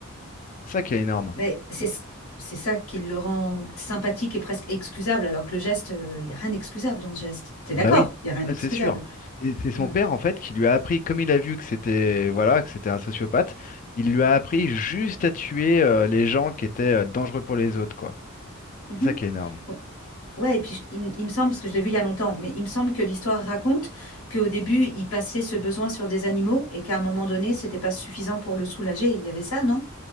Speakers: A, on the left (about 35°); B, on the left (about 80°).
A: C'est ça qui est énorme.
B: Mais c'est c'est ça qui le rend sympathique et presque excusable, alors que le geste, il n'y a rien d'excusable dans ce geste. T'es
A: Bah
B: d'accord?
A: oui,
B: Il n'y a rien
A: ouais,
B: d'excusable.
A: c'est sûr. Et c'est
B: Ouais.
A: son père en fait qui lui a appris, comme il a vu que c'était voilà, que c'était un sociopathe, il lui a appris juste à tuer euh, les gens qui étaient euh, dangereux pour les autres, quoi.
B: Mhm.
A: C'est ça qui est énorme.
B: Bon. Ouais, et puis je- il, me il me semble, parce que je l'ai vu il y a longtemps, mais il me semble que l'histoire raconte qu'au début, il passait ce besoin sur des animaux et qu'à un moment donné, c'était pas suffisant pour le soulager. Il y avait ça, non?